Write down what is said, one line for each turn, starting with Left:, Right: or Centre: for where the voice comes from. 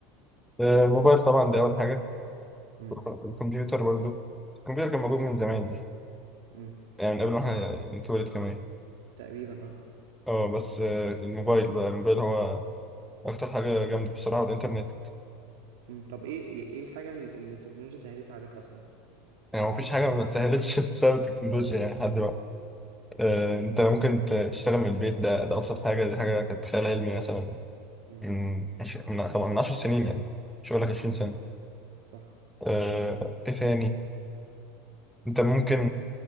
Centre: آه، الموبايل طبعا ده أول حاجة
Right: امم
Centre: والكم- الكمبيوتر برضو الكمبيوتر كان موجود من زمان
Right: امم
Centre: يعني من قبل ما احنا نتولد كمان
Right: تقريبا اه
Centre: اه بس آه، الموبايل بقى الموبايل هو أكتر حاجة جامدة بصراحة والإنترنت
Right: امم طب إيه إيه الحاجة اللي اللي التكنولوجيا سهلتها عليك أصلا
Centre: يعني مفيش حاجة ما اتسهلتش <laughs> بسبب التكنولوجيا يعني لحد دلوقتي آه، أنت ممكن ت- تشتغل من البيت ده ده أبسط حاجة دي حاجة كانت خيال علمي مثلا
Right: امم
Centre: من عش- من خم- من عشر سنين يعني مش هقول لك عشرين سنة
Right: صح
Centre: آه، إيه ثاني انت ممكن